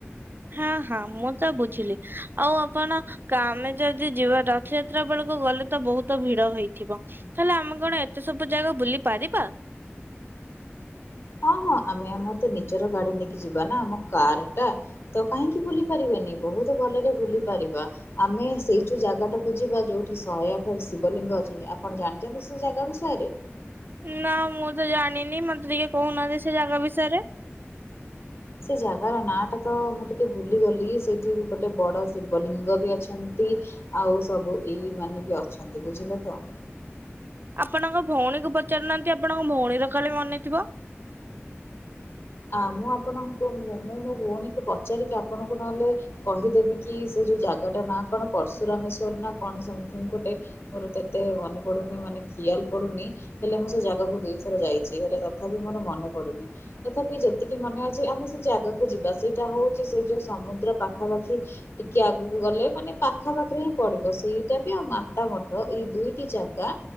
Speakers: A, on the right; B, on the left.
A: ହଁ ହଁ ମୁଁ ତ ବୁଝିଲି ଆଉ ଆପଣ କାମେ ଯଦି ଯିବା ରଥଯାତ୍ରା ବେଳକୁ ଗଲେ ତ ବହୁତ ଭିଡ ହେଇଥିବ। ତାହେଲେ ଆମେ କଣ ଏତେ ସବୁ ଜାଗା ବୁଲି ପାରିବା?
B: ହଁ ହଁ ଆମେ ଆମର ତ ନିଜର ଗାଡି ନେଇକି ଯିବା ନା ଆମ କାର୍ ଟା। ତ କାହିଁକି ବୁଲି ପାରିବେନି ବହୁତ ଭଲରେ ବୁଲି ପାରିବା। ଆମେ ସେଇ ଯୋଉ ଜାଗା ଟାକୁ ଯିବା ଯୋଉଠି ଶହେ ଆଠ ଶିବଲିଙ୍ଗ ଅଛନ୍ତି ଆପଣ ଜାଣିଛନ୍ତି ସେ ଜାଗା ବିଷୟରେ?
A: ନା ମୁଁ ତ ଜାଣିନି ମତେ ଟିକେ କହୁନାହାନ୍ତି ସେ ଜାଗା ବିଷୟରେ।
B: ସେ ଜାଗାର ନାଁଟା ତ ମୁଁ ଟିକେ ଭୁଲିଗଲି ସେଇଠି ଗୋଟେ ବଡ଼ ଶିବଲିଙ୍ଗ ବି ଅଛନ୍ତି ଆଉ ସବୁ ଏଇ ମାନେ ବି ଅଛନ୍ତି ବୁଝିଲ ତ?
A: ଆପଣଙ୍କ ଭଉଣୀକୁ ପଚାରୁନାହାନ୍ତି ଆପଣଙ୍କ ଭଉଣୀର କାଲେ ମନେ ଥିବ?
B: ଆ ମୁଁ ଆପଣଙ୍କୁ ମୁଁ ମୋ ଭଉଣୀକୁ ପଚାରିକି ଆପଣଙ୍କୁ ନହେଲେ କହିଦେବି କି ସେ ଯୋଉ ଜାଗାଟା ନା କଣ ପରର୍ଶୁରାମେଶ୍ୱର ନା କଣ ସମଥିଙ୍ଗ ଗୋଟେ ମୋର ତ ଏତେ ମନେ ପଡୁନି ମାନେ ଖିଆଲ ପଡୁନି। ହେଲେ ମୁଁ ସେ ଜାଗାକୁ ଦୁଇଥର ଯାଇଚି ହେଲେ ତଥାପି ମୋର ମନେ ପଡୁନି ତଥାପି ଯେତିକି ମନେ ଅଛି ଆମେ ସେ ଜାଗାକୁ ଯିବା ସେଇଟା ହଉଚି ସେ ଯୋଉ ସମୁଦ୍ର ପାଖପାଖି ଟିକେ ଆଗକୁ ଗଲେ ମାନେ ପାଖା ପାଖରେ ହିଁ ପଡିବ। ସେଇଟା ବି ଆଉ ମାତା ମଠ ଏଇ ଦୁଇଟି ଜାଗା